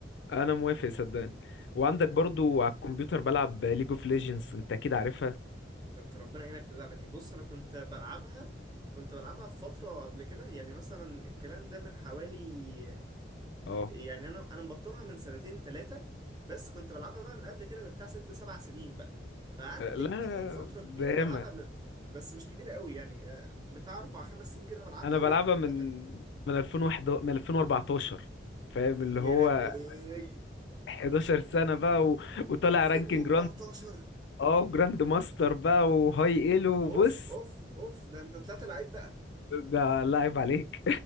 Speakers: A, on the left (about 75°); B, on the right (about 25°).
A: <laughs> انا موافق صدقني وعندك برضه على الكمبيوتر بلعب ليج اوف ليجندز انت اكيد عارفها
B: ده انت ربنا يعينك في اللعبه دي بص انا كنت بلعبها كنت بلعبها في فتره قبل كده يعني مثلا الكلام ده من حوالي
A: اه
B: يعني انا انا مبطلها من سنتين ثلاثه بس كنت بلعبها بقى من قبل كده بتاع ست سبع سنين بقى فقعدت
A: لا
B: كتير فتره
A: ده
B: كبيره
A: ياما
B: بلعبها ب- بس مش كبيره قوي يعني آه، بتاع اربع خمس سنين كده بلعبها
A: انا بلعبها
B: واتقفلت
A: من من 2001 من 2014 فاهم
B: يا
A: اللي هو
B: لهوي
A: 11 سنة بقى و... وطالع
B: 2014
A: رانكينج جراند اه جراند ماستر بقى وهاي ايلو وبص
B: اوف اوف اوف ده انت طلعت لعيب بقى
A: ده لاعب عليك